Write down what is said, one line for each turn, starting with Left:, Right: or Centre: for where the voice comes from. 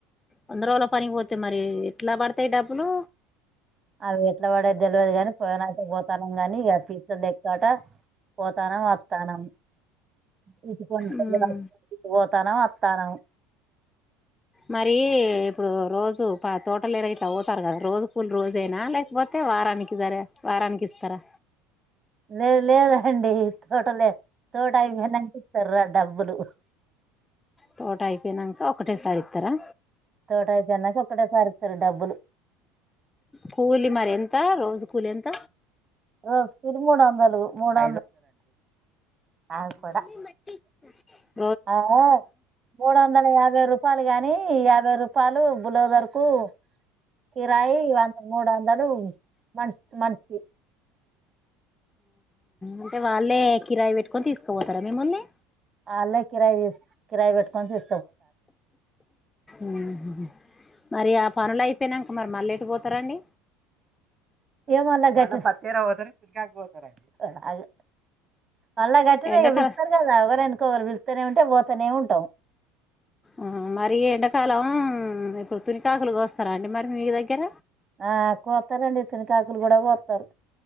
Left: వంద రోజుల పనికి పోతే మరి ఎట్లా పడతాయి డబ్బులు
Right: అవి ఎట్లా పడేది తెలియదు గానీ పోయినాక పోతానం కాని అ <unintelligible> <unintelligible> పోతాన్నం వత్తాన్నం <unintelligible>
Left: ఉమ్
Right: వొత్తార అత్తార
Left: మరి ఇప్పుడు రోజు తోట లోకి ఇట్లా పోతారు కదా రోజు కూలీ రోజెనా లేకపోతే వారానికి ఒకసార వారానికి ఇస్తారా
Right: లేదు లేదండి తోట లేదు తోట అయిపొయినాంక ఇ తిర్ర డబ్బులు
Left: తోట అయిపోయినాంక ఒకటేసారి ఇత్తారా
Right: తోట అయిపోయినాంక ఒకటే సారిస్తారు డబ్బులు
Left: కూలి మరి ఎంత రోజు కూలి ఎంత
Right: రోజు కూలీ మూడు వందలు మూడు ఆగు పోడా
Left: మలీ మ <inaudible>
Right: ఆ మూడు వందల యాభై రూపాయలు గాని యాభై రూపాయలు బులౌజర్ కు కిరాయి వ మూడు వందలు మ మనిషికి
Left: అంటే వాళ్ళే కిరాయి పెట్టుకొని తీసుకుపోతారా మిమ్మల్ని
Right: అల్లే కిరాయి కిరాయి పెట్టుకొంటురు
Left: ఉమ్మ్ మరి ఆ పనులు అయిపోయినాక మరి ఎటు పోతారండి
Right: ఎం అనా గడ్డి పత్తి ఏరా పోతారు <unintelligible> పోతారు అండి అల్లకట్లనే
Left: ఎండాకాలం
Right: ఇగా పిలుస్తారు కదా ఎవరయినా ొరు పిలుత్తానే ఉంటే పోతూనే ఉంటాం
Left: ఆ మరి ఎండాకాలం ఇప్పడు తును కాకులు కోస్తారా అండి మీ దగ్గర
Right: ఆ కోతారండి తునికాకులు కూడా కొత్తరు